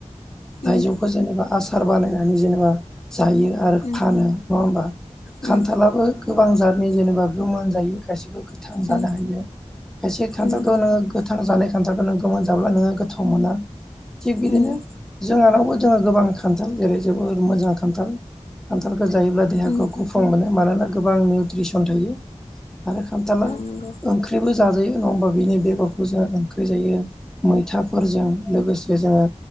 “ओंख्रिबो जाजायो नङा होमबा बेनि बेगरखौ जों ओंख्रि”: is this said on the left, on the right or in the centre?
Centre